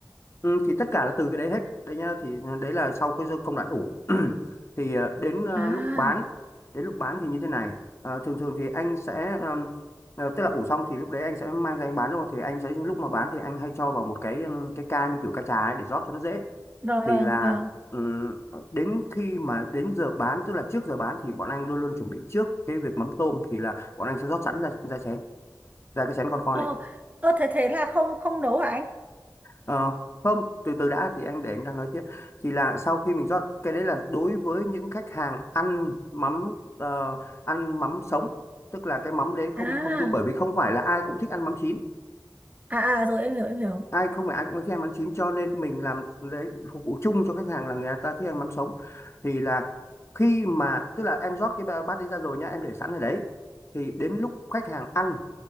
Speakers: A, on the left; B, on the right.
A: Ừ, thì tất cả là từ cái đấy hết đấy nhá thì đấy là sau cái công đoạn ủ <clears throat> thì ờ, đến ờ,
B: à
A: lúc bán đến lúc bán thì như thế này Ờ, thường thường thì anh sẽ ờm, ờ, tức là ủ xong thì lúc đấy anh sẽ mang ra anh bán luôn thì anh sẽ lúc mà bán thì anh hay cho vào một cái ừm, cái ca như kiểu ca trà ấy để rót cho nó dễ
B: vâng
A: thì
B: vâng
A: là
B: vâng
A: ừm, đến khi mà đến giờ bán tức là trước giờ bán thì bọn anh luôn luôn chuẩn bị trước cái việc mắm tôm thì là bọn anh sẽ rót sẵn ra ra chén ra cái chén con con
B: ơ
A: ấy.
B: ơ thế thế là không không nấu hả anh
A: Ờ, không từ từ đã thì anh để anh đang nói tiếp thì là sau khi mình rót cái đấy là đối với những khách hàng ăn mắm ờ, ăn mắm sống tức là cái mắm đấy không
B: à
A: không đun bởi vì không phải là ai cũng thích ăn mắm chín
B: à à rồi em hiểu em hiểu
A: ai không phải ai cũng thích ăn mắm chín cho nên mình làm đấy phục vụ chung cho khách hàng là người ta thích ăn mắm sống thì là khi mà tức là em rót cái ba- bát đấy ra rồi nhá em để sẵn ở đấy thì đến lúc khách hàng ăn